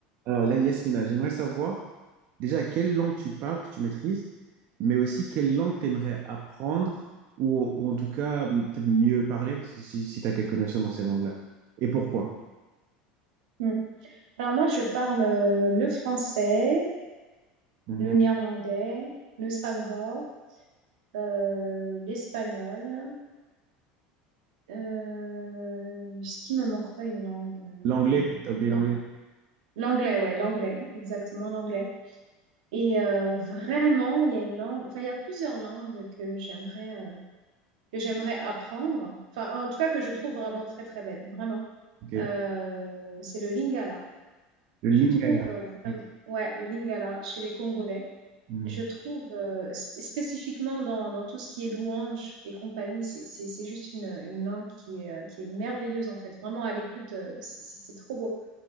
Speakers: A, on the right; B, on the right.
A: Alors là, Yasmina, j'aimerais savoir déjà quelle langue tu parles, que tu maîtrises, mais aussi quelle langue tu aimerais apprendre ou, ou en tout cas peut-être mieux parler si, tu as quelques notions dans ces langues-là. Et pourquoi?
B: Mm. Alors moi, je parle euh, le français,
A: Mhm.
B: le néerlandais, le sango, euh, l'espagnol. Euh, ce qui me manque pas une langue. Non, non,
A: L'anglais,
B: non, non,
A: t'as oublié
B: non, Voilà.
A: l'anglais.
B: L'anglais, ouais, l'anglais, exactement l'anglais. Et euh, vraiment, il y a une langue, enfin, il y a plusieurs langues que j'aimerais euh, que j'aimerais apprendre. Enfin, en tout cas, que je trouve vraiment très très belle, vraiment.
A: Ok.
B: Euh, c'est le Lingala.
A: Le
B: Je
A: lingala.
B: trouve euh, vraiment,
A: Ok.
B: ouais, le Lingala chez les Congolais.
A: Mhm.
B: je trouve euh, sp- spécifiquement dans, dans tout ce qui est louange et compagnie, c'est c'est- c'est juste une, une langue qui est, euh, qui est merveilleuse en fait. Vraiment à l'écoute, euh, c'est c'est- c'est trop beau.